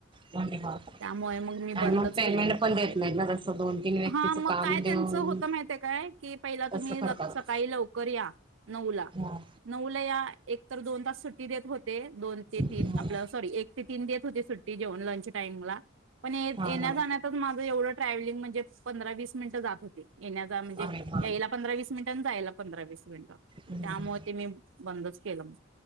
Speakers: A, on the right; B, on the right.
A: म्हणजे हा.
B: त्यामुळे मग मी बंदच
A: आणि मग पेमेंट
B: केलं.
A: पण देत नाहीत ना तसं दोन तीन व्यक्तीचं
B: हा मग
A: काम
B: काय
A: देऊन
B: त्यांच होत माहितय काय की पहिल्या तुम्ही
A: तसं करतात
B: सकाळी लवकर या नऊ ला
A: हं,
B: नऊला या एक तर दोन तास सुट्टी देत होते दोन ते तीन
A: हं.
B: आपलं सॉरी एक ते तीन देत हुती सुट्टी जेऊन लंच टाईम ला पण येत
A: हा
B: येण्या
A: हा
B: जान्यात माझं एवढं ट्रॅव्हलिंग मध पंधरा वीस मिनिट जात होते. येण्याचं म्हणजे
A: आहे हा
B: याय रिटर्न जायला पंधरा मिनिटे
A: हं,
B: ग
A: हं.
B: त्यामुळे ते मी बंद केलं